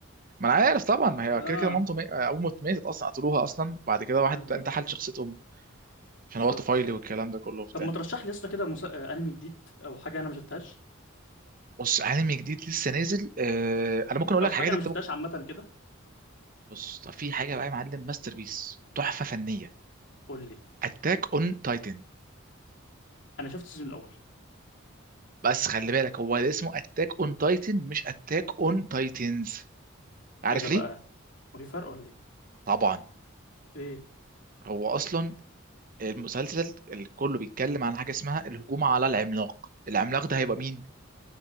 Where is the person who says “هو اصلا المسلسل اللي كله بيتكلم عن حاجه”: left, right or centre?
Right